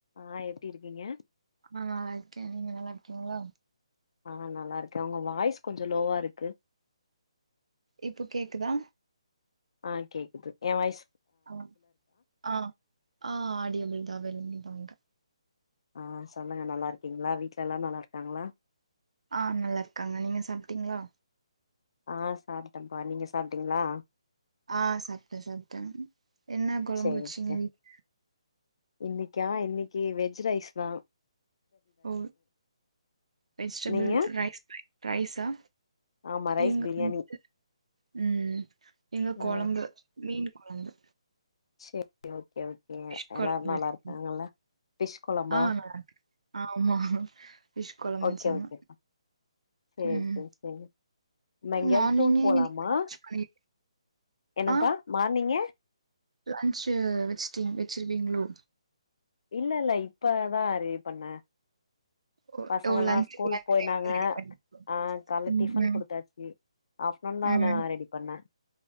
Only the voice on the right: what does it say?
ஆ இருக்கே நீங்க நல்லா இருக்கீங்ளா
இப்ப கேக்குதா
ஆமா ஆ ஆ ஆடிய <unintelligible> கெளம்பி வாங்க
ஆ நல்லாருக்காங்க நீங்க சாப்ட்டீங்ளா
ஆ சாப்ட சாப்ட என்ன கொழம்பு
வச்சீங்க
வீட்
ஓ வெஜிடபிள்
ரைஸ் ரைஸா
இங்
<unintelligible> ம் இங்க
கொழம்பு மீன் கொழம்பு
ஃபிஷ்
கொழம்பு
வச்சாங்க
ஆ நல்லா இருக்கு ஆமா ஃபிஷ் கொழம்பு
வச்சாங்க
ம்
மார்னிங்கே
இன்னைக்கு லன்ச் பண்ணி
ஆ
லன்ச்சு வச்சிட்டீங் வச்சிருவீங்ளோ
ஓ
ஓ லஞ்சுக்கு
லஞ்ச்
டைம்க்கு ரெடி பண்ணிக்கோ
ம்
ம்
ம்